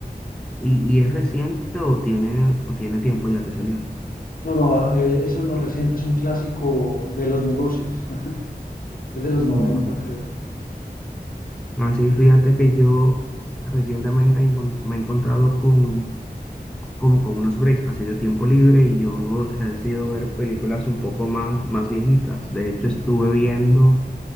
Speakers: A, in the centre; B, on the left.
A: ¿Y, y es reciente o tiene, o tiene tiempo ya que salió?
B: No, no, ah, eh, eso no es reciente, es un clásico de los negocios, <laughs> es de los noventa
A: Vale.
B: creo.
A: Así, fíjate que yo recientemente encont- me he encontrado con, como con unos breaks así de tiempo libre y yo he decidido ver películas un poco más, más viejitas. De hecho, estuve viendo